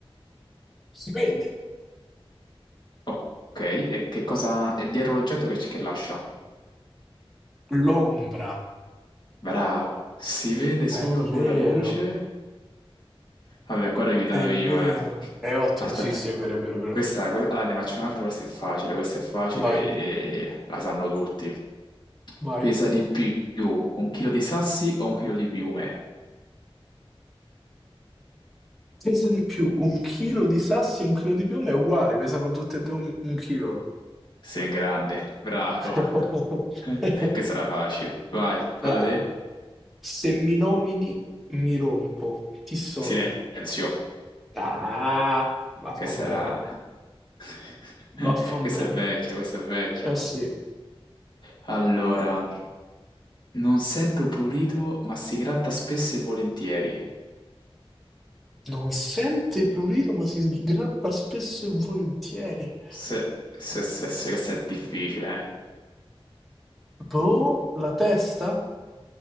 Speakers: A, in the centre; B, on the left.
A: Si vede.
B: Ok, e che cosa è dietro l'oggetto che, che lascia?
A: L'ombra.
B: Bravo, si vede
A: È
B: solo con
A: vero.
B: la luce. Vabbè, qua l'ho aiutato
A: È
B: io,
A: vero.
B: eh.
A: È ottimo.
B: Aspetta,
A: Sì, sì, è vero, è vero, è vero.
B: questa, que- allora, ne faccio un'altra, questa è facile, questa è facile
A: Vai,
B: e la sanno tutti.
A: vai.
B: Pesa di più un chilo di sassi o un chilo di piume?
A: Pesa di più un chilo di sassi e un chilo di piume è uguale, pesano tutte e due un, un chilo.
B: Sei in grande, bravo.
A: <laughs>
B: <laughs> Questa era facile. Vai, falla
A: Ah,
B: te.
A: ah. Se mi nomini, mi rompo. Chi sono?
B: Silenzio.
A: Ah, vaffan
B: Questa era...
A: bene,
B: <laughs>
A: vaffan
B: Questa
A: bene.
B: è vecchia, questa è vecchia.
A: Eh sì.
B: Allora, non sento prurito, ma si gratta spesso e volentieri.
A: Non sente prurito, ma si sgrappa spesso e volentieri.
B: Se, se, se, se, questa è difficile, eh.
A: Boh, la testa